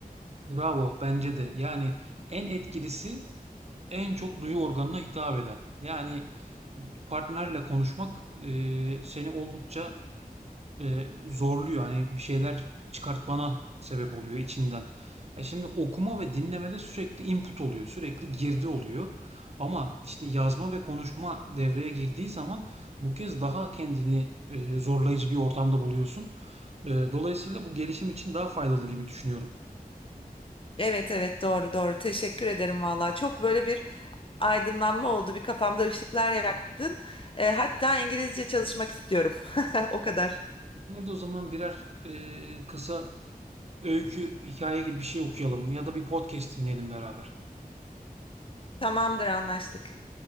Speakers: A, on the right; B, on the left.
A: bravo bence de. Yani en etkilisi en çok duyu organına hitap eden. Yani bir partnerle konuşmak e, seni oldukça e, zorluyor. Hani bir şeyler çıkartmana sebep oluyor içinden. Ya şimdi okuma ve dinlemede sürekli input oluyor, sürekli girdi oluyor. Ama işte yazma ve konuşma devreye girdiği zaman bu kez daha kendini e, zorlayıcı bir ortamda buluyorsun. E, dolayısıyla bu gelişim için daha faydalı gibi düşünüyorum.
B: Evet evet doğru doğru teşekkür ederim valla. Çok böyle bir aydınlanma oldu bir kafamda ışıklar yaktın. E, hatta İngilizce çalışmak istiyorum. <laughs> O kadar.
A: Hadi o zaman birer e, kısa öykü, hikaye gibi bir şey okuyalım ya da bir podcast dinleyelim beraber.
B: Tamamdır anlaştık.